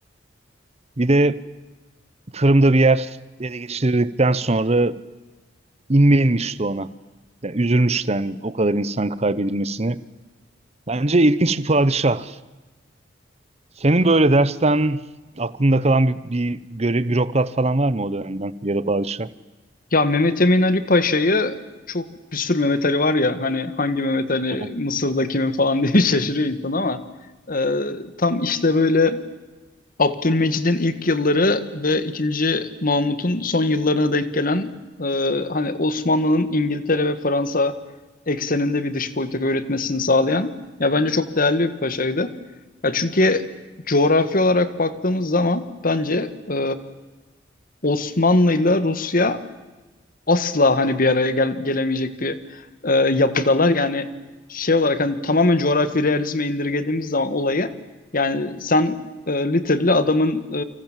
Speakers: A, on the right; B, on the left.
A: Bir de Kırım'da bir yer ele geçirdikten sonra inme inmişti ona. Yani üzülmüştü yani o kadar insan kaybedilmesini. Bence ilginç bir padişah. Senin böyle dersten aklında kalan bir, bir göre, bürokrat falan var mı o dönemden ya da padişah?
B: Ya Mehmet Emin Ali Paşa'yı çok bir sürü Mehmet Ali var ya hani hangi Mehmet Ali
A: Ha.
B: Mısır'da kimin falan <laughs> diye şaşırıyor insan ama e, tam işte böyle Abdülmecid'in ilk yılları ve ikinci Mahmut'un son yıllarına denk gelen e, hani Osmanlı'nın İngiltere ve Fransa ekseninde bir dış politika üretmesini sağlayan ya bence çok değerli bir paşaydı. Ya çünkü coğrafi olarak baktığımız zaman bence e, Osmanlı ile Rusya asla hani bir araya gel gelemeyecek bir e, yapıdalar. Yani şey olarak hani tamamen coğrafi realizme indirgediğimiz zaman olayı yani sen e, literally adamın e,